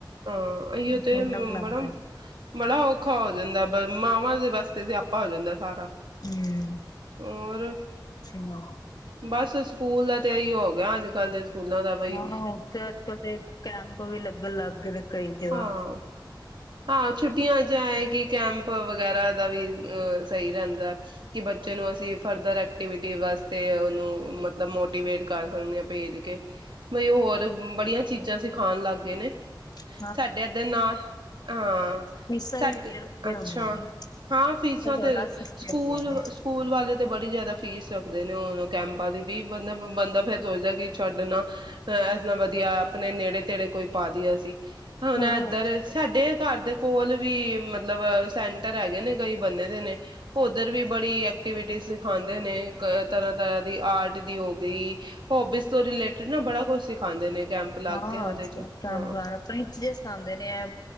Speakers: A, on the right; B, on the left.
A: ਹਾਂ ਐਇਓ ਤੇ
B: ਥੋੜੀ ਨਾ ਬਣਾਦੇ
A: ਬੜਾ-ਬੜਾ ਔਖਾ ਹੋ ਜਾਂਦਾ। ਮਾਵਾਂ ਦੇ ਵਾਸਤੇ ਸਿਆਪਾ ਹੋ ਜਾਂਦਾ ਸਾਰਾ।
B: ਹੂੰ
A: ਹੋਰ
B: ਸੁਣਾਓ
A: ਬਸ ਸਕੂਲ ਦਾ ਤੇ ਇਹੀ ਹੋ ਅੱਜ ਕੱਲ੍ਹ ਸਕੂਲਾਂ ਦਾ ਬਈ
B: ਹਾਂ ਉਥ ਅੱਜ ਕਲ ਦੇ ਕੈਂਪ ਵੀ ਲੱਗਨ ਲਾਗੈ ਨੇ ਕਈ ਜਗ੍ਹਾ
A: ਹਾਂ-ਹਾਂ ਛੁੱਟੀਆਂ ਚ ਐ ਹੈ ਕਿ ਕੈਂਪ ਵਗੈਰਾ ਦਾ ਵੀ ਅਹ ਸਹੀ ਰਹਿੰਦਾ। ਕਿ ਬੱਚੇ ਨੂੰ ਅਸੀਂ ਫਰਦਰ ਐਕਟੀਵਿਟੀ ਵਾਸਤੇ ਉਹਨੂੰ ਮਤਲਬ ਮੋਟੀਵੇਟ ਕਰ ਸਕਦੇ ਹਾਂ, ਭੇਜ ਕੇ ਨਈ ਹੋਰ ਬੜੀਆਂ ਚੀਜ਼ਾਂ ਜਾ ਸਿੱਖਾਣ ਲੱਗ ਗਏ ਨੇ।
B: ਅੱ <inaudible>
A: ਸਾਡੇ ਏਦੇ ਨਾਲ ਹਾਂ
B: ਫੀਸਾਂ
A: ਸਾਡੇ
B: ਵੀ ਇੰਨੀਆਂ ਰੱਖੀਆਂ
A: ਅੱਛਾ
B: ਹੁੰਦੀਆਂ ਨੇ
A: ਹਾਂ ਫੀਸਾਂ ਤੇ
B: ਥੋੜਾ ਸਸਤੀਆਂ
A: ਸਕੂਲ,
B: ਹੁੰਦੀਆਂ ਨੇ
A: ਸਕੂਲ ਵਾਲੇ ਤੇ ਬੜੀ ਜਾ ਜ਼ਿਆਦਾ ਫੀਸ ਰੱਖਦੇ ਨੇ ਉਹ ਕੈਂਪਾਂ ਦੀ ਵੀ ਮਤਲਬ, ਫਿਰ ਸੋਚਦਾ ਕਿ ਛੱਡ ਨਾ ਵਧੀਆ ਆਪਣੇ ਨੇੜੇ, ਤੇੜੇ ਕੋਈ ਪਾ ਦੀਆਂ ਸੀ, ਹੁਣ
B: ਹਾਂ
A: ਇਧਰ ਸਾਡੇ, ਘਰ ਦੇ ਕੋਲ ਵੀ, ਮਤਲਬ ਸੈਂਟਰ ਹੈਗੇ ਨੇ, ਕਈ ਬਣੇ ਦੇ ਨੇ, ਉੱਧਰ ਵੀ ਬੜੀ ਐਕਟੀਵਿਟੀ ਸਿਖਾਦੇ ਨੇ ਕਈ ਤਰ੍ਹਾਂ, ਤਰ੍ਹਾਂ ਦੀ ਆਰਟ ਦੀ ਹੋ ਦੀ ਹੋਬੀਜ਼ ਤੋਂ ਰਿਲੇਟਿਡ ਨਾ ਬੜਾ ਕੁਛ ਸਿਖਾਉਂਦੇ ਨੇ ਕੈਂਪ ਲਾ
B: ਹਾਂ,
A: ਕੇ ਉਹਦੇ
B: ਅੱਜ
A: ਚ
B: ਕੱਲ
A: ਹਾਂ
B: ਕੈਪ ਜੇ ਸਿਖਾਦੇ ਨੇ ਐ,